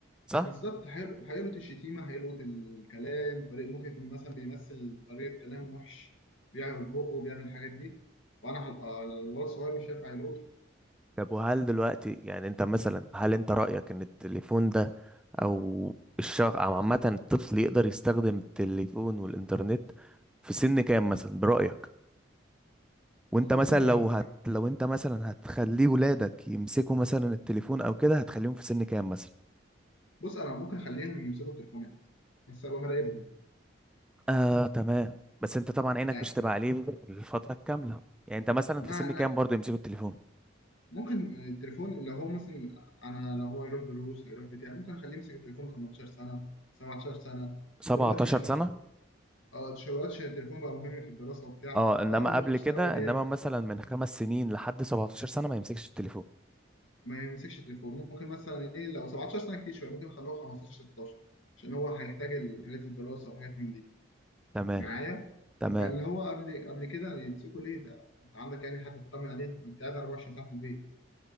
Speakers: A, in the centre; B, on the left (about 75°).
A: صح
B: بالظبط هيل- هيلقط الشتيمه هيلقط الكلام طريق ممكن يكون مثلا بيمثل طريقه كلام وحش بيعمل بقه وبيعمل الحاجات دي وانا هبقى الولد الصغير مش شايف هيلقطه
A: طب وهل دلوقتي يعني انت مثلا هل انت رأيك ان التليفون ده او الشخص او عامة الطفل يقدر يستخدم التليفون والانترنت في سن كام مثلا برأيك وانت
B: اللي
A: مثلا
B: هو سن
A: لو
B: النضج
A: هت لو انت مثلا هتخليه ولادك يمسكوا مثلا التليفون او كده هتخليهم في سن كام مثلا
B: بص انا ممكن اخليهم يمسكوا التليفونات بس ابقى مراقبهم
A: آه تمام بس انت طبعا عينك
B: يعني
A: مش هتبقى عليه الفترة الكاملة يعني انت مثلا
B: ما
A: في سن
B: أنا
A: كام برضه يمسكوا التليفون
B: ممكن التليفون لو هو مثلا انا لو هو يروح دروس هيروح بتاع ممكن اخليه يمسك التليفون 18 سنه 17 سنه
A: 17
B: دلوقتي عشان الت-
A: سنة
B: آه، دلوقتي عشان التليفون بقى مهم في الدراسه وبتاع
A: اه انما
B: فاول ما
A: قبل
B: يخش
A: كده
B: ثانوي ليه
A: انما مثلا من خمس سنين لحد 17 سنة ما يمسكش التليفون
B: ما يمسكش التليفون ممكن مثلا ايه لو 17 سنه كتير شويه ممكن اخلوه 15 16 عشان هو هيحتاج الحاجات في الدراسه وحاجات من دي
A: تمام
B: معايا
A: تمام
B: فاللي هو قبل قبل كده يمسكوا ليه ده انت عندك يعني حد تطمن عليه ما انت قاعد 24 ساعه في البيت